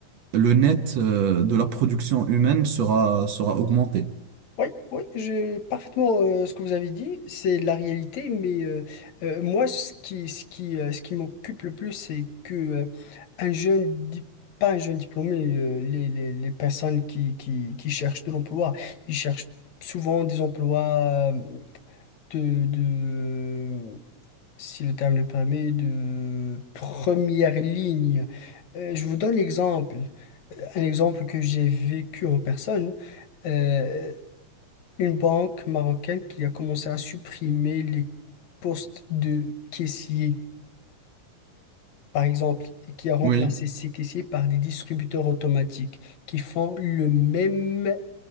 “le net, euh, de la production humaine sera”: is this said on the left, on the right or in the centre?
Right